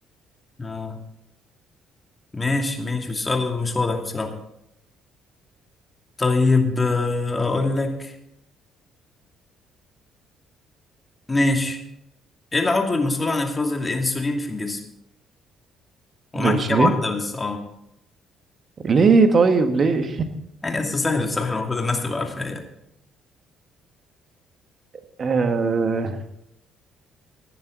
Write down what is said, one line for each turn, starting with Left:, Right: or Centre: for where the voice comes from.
Left: اه ماشي ماشي السؤال مش واضح بصراحه طيب آه، اقول لك ماشي ايه العضو المسؤول عن افراز الانسولين في الجسم ومعاك
Right: الأنسولين
Left: اجابه واحده بس اه
Right: ليه طيب ليه
Left: يعني اصل سهل بصراحه المفروض الناس تبقى عارفه ايه
Right: <laughs> آه...